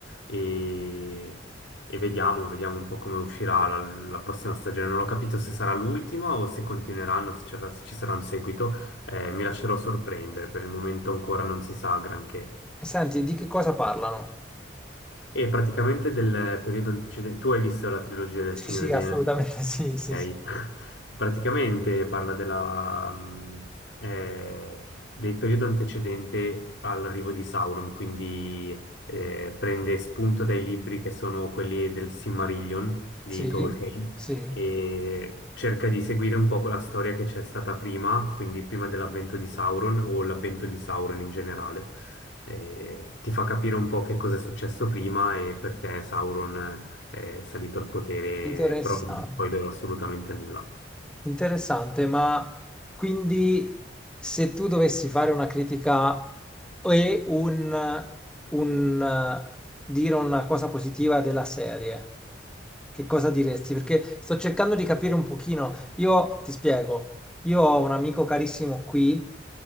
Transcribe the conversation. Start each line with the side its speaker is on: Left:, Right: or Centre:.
Left: e, e vediamo, vediamo un po' come uscirà la, la prossima stagione. Non ho capito se sarà l'ultima o se continueranno, se c'era- se ci sarà un seguito, Eh, mi lascerò sorprendere, per il momento ancora non si sa granché.
Centre: E senti, di che cosa parlano?
Left: E praticamente del periodo antecedente, tu hai visto la trilogia del
Centre: Sì,
Left: Signore
Centre: sì,
Left: degli
Centre: assolutamente
Left: Anelli?
Centre: <laughs> sì, sì, sì,
Left: Ok. <laughs> Praticamente parla della, mh, eh, del periodo antecedente all'arrivo di Sauron, quindi eh, prende spunto dai libri che sono quelli del Silmarillion di
Centre: sì,
Left: Tolkien
Centre: sì,
Left: e cerca di seguire un po' quella storia che c'è stata prima, quindi prima dell'avvento di Sauron o l'avvento di Sauron in generale eh, ti fa capire un po' che cosa è successo prima e perché Sauron eh, è salito al potere,
Centre: interessante,
Left: però non ti spoilerò assolutamente nulla.
Centre: interessante, ma quindi se tu dovessi fare una critica e un, un, eh, dire una cosa positiva della serie, che cosa diresti? Perché sto cercando di capire un pochino, io ti spiego, io ho un amico carissimo qui